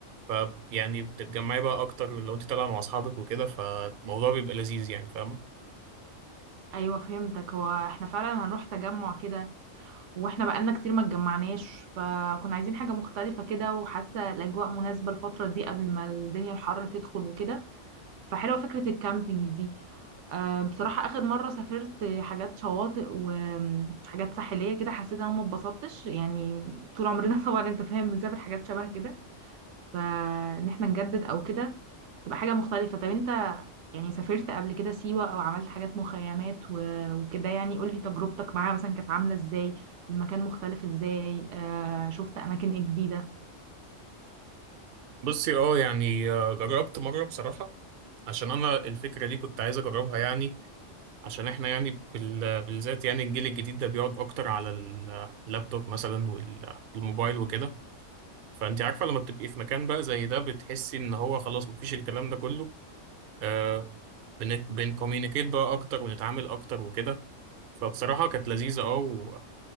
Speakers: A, on the right; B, on the right.
A: ف يعني بتتجمعي بقى اكتر لو انت طالعه مع اصحابك وكده فالموضوع بيبقى لذيذ يعني فاهمه
B: ايوه فهمتك هو احنا فعلا هنروح تجمع كده واحنا بقالنا كتير ما اتجمعناش فكنا عايزين حاجة مختلفة كده وحاسة الأجواء مناسبة الفترة دي قبل ما الدنيا الحر تدخل وكده فحلوة فكرة الكامبينج دي آه، بصراحة آخر مرة سافرت حاجات شواطئ وحاجات ساحلية كده حسيت إن أنا ما اتبسطتش يعني طول عمرنا <laughs> طبعا أنت فاهم بنسافر حاجات شبه كده فان احنا نجدد او كده تبقى حاجة مختلفة طب انت يعني سافرت قبل كده سيوة او عملت حاجات مخيمات و- وكده يعني قولي تجربتك معاها مثلا كانت عاملة ازاي المكان مختلف ازاي آه شفت اماكن ايه جديدة
A: بصي اه يعني آه، جربت مره بصراحه عشان انا الفكره دي كنت عايز اجربها يعني عشان احنا يعني بال- بالذات يعني الجيل الجديد ده بيقعد اكتر على ال- اللابتوب مثلا وال- والموبايل وكده فانت عارفه لما بتبقي في مكان بقى زي ده بتحسي ان هو خلاص مفيش الكلام ده كله آه بن بنكوميونيكيت بقى اكتر ونتعامل اكتر وكده فبصراحه كانت لذيذه اه